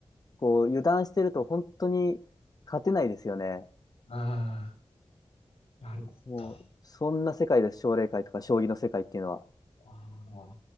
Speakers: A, on the left; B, on the left.
A: こう、油断してると本当に勝てないですよね。
B: ああ、なるほど。
A: もう、そんな世界です。奨励会とか将棋の世界っていうのは。
B: ああ。